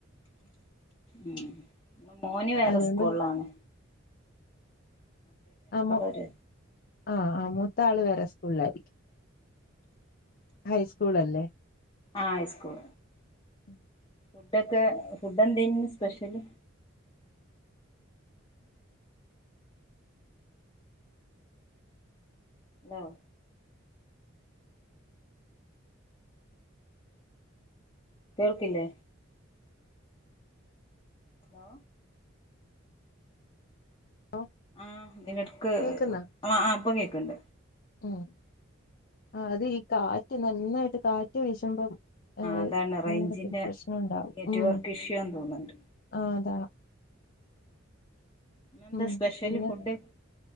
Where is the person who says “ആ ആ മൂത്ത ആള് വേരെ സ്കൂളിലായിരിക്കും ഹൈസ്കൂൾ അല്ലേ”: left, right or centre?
Left